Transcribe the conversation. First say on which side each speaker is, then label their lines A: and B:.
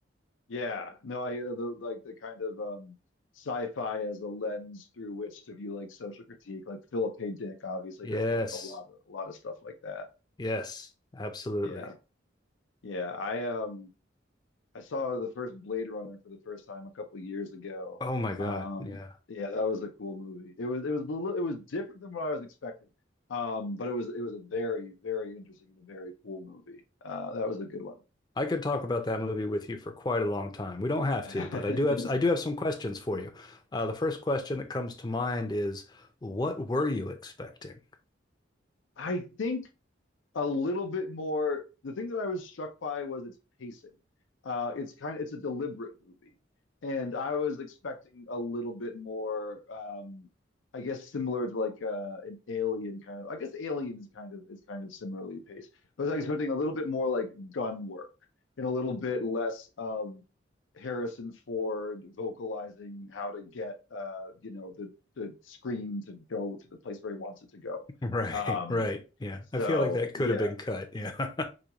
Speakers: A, on the left; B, on the left.
A: Yeah, no, I uh, the like the kind of um sci-fi as a lens through which to view like social critique. Like Philip K. Dick obviously
B: Yes,
A: does like a lot of a lot of stuff like that.
B: yes, absolutely.
A: Yeah. Yeah, I um I saw the first Blade Runner for the first time a couple of years ago.
B: Oh my God,
A: Um
B: yeah.
A: yeah, that was a cool movie. It was it was a little it was different than what I was expecting. Um but it was it was a very very interesting and a very cool movie. Uh that was a good one.
B: I could talk about that movie with you for quite a long time. We don't have
A: <laughs>
B: to, but I do have I do have some questions for you. Uh, the first question that comes to mind is, what were you expecting? <laughs>
A: I think a little bit more. The thing that I was struck by was its pacing. Uh, it's kind of it's a deliberate movie, and I was expecting a little bit more. Um, I guess similar to like uh, an Alien kind of. I guess Alien is kind of is kind of similarly paced, but I was expecting a little bit more like gun work and a little bit less of Harrison Ford vocalizing how to get uh, you know the the screen to go to the place where he wants it to go.
B: Right,
A: Um,
B: right. Yeah.
A: so
B: I feel like that
A: yeah,
B: could have been cut. Yeah. <laughs>